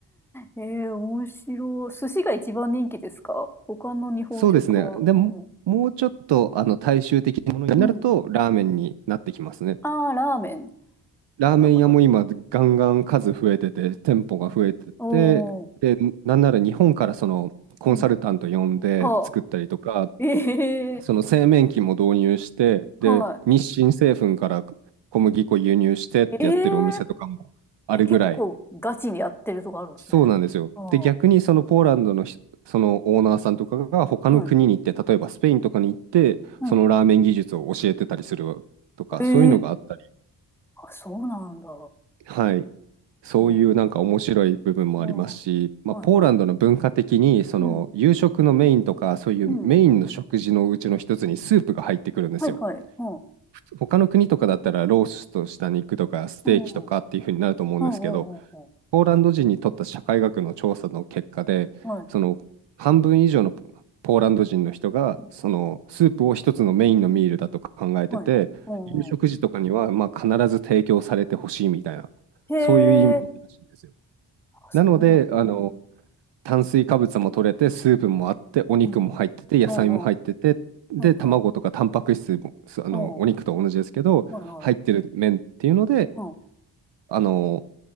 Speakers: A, in the centre; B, on the right (about 65°).
A: ええ面白い。寿司が一番人気ですか他の日本食は。
B: そうですね。でも、
A: うん。
B: もうちょっとあの大衆的なものになると、
A: うん。
B: ラーメンになってきますね。
A: うん。ああ、ラーメン。
B: ラーメン屋も今ガンガン数増えてて、
A: なるほど。
B: 店舗が増えてて、
A: おー、
B: で、なんなら日本からそのコンサルタント呼んで作ったりとか、
A: うん。はあ。ええ
B: その製麺機も導入して、
A: は
B: で、日清製粉から小麦粉輸入してってやってるお店とかもあるぐらい、
A: い。えええ、結構ガチにやってるとこあるんですね。
B: そうなんですよ。
A: ああ、
B: で、逆にそのポーランドのひそのオーナーさんとかが他の国に行って、
A: はい。
B: 例えばスペインとかに行って、
A: はい。
B: そのラーメン技術を教えてたりするとか、
A: ええ
B: そういうのがあったり、
A: あ、そうなんだ。
B: はい、そういうなんか面白い部分もありますし、
A: ええうん。は
B: まあ、ポーランドの文化的にその夕食のメインとかそういうメインの食事のうちの一つにスープが入ってくるんですよ。
A: いはい。うん。うん。はいはい。うん。
B: ふつ他の国とかだったらローストした肉とかステーキとかっていう風になると思うんですけど、
A: うん。うんうんうんうん。
B: ポーランド人にとった社会学の調査の結果で、
A: はい。
B: その半分以上のポーランド人の人がそのスープを一つのメインのミールだと考えてて、
A: うん。はい。うんうん。
B: 夕食時とかにはまあ必ず提供されてほしいみたいな、
A: へ
B: そういう意味らしいんですよ。
A: え。あ、そうなんだ。
B: なので、あの、
A: うん。
B: 炭水化物も取れて、スープもあって、お肉も入ってて、
A: うん。う
B: 野菜も入ってて、
A: んうん。
B: で、
A: はいはい。
B: 卵とかタンパク質も、すあの、
A: うん。
B: お肉と同じですけど、
A: はいはい。
B: 入ってる麺っていうので、
A: うん。
B: あの、